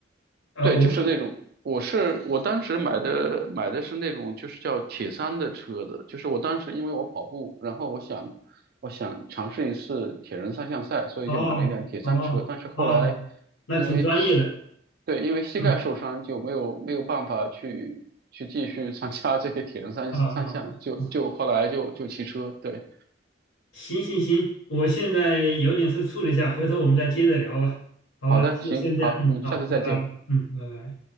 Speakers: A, on the left (about 85°); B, on the right (about 50°).
A: 啊、
B: 对，
A: 我
B: 就是那种，我是我当时买的买的是那种，就是叫铁三的车子，就是我当时因为我跑步，然后我想我想尝试一次铁人三项赛，所以就买了一辆铁三车，
A: 哦哦哦，
B: 但是后来
A: 那挺专业的，
B: 因为膝对因为膝盖受伤就没有没有办法去
A: 嗯
B: 去参加这个铁人三三项，
A: 啊啊
B: 就就后来就就骑车，
A: 啊，啊
B: 对，
A: 行行行，我现在有点事处理一下，回头我们再接着聊吧，好吧，
B: 好的，
A: 先先这样，
B: 行，好，
A: 嗯，
B: 嗯，
A: 好，
B: 下次再见。
A: 拜拜，嗯，拜拜。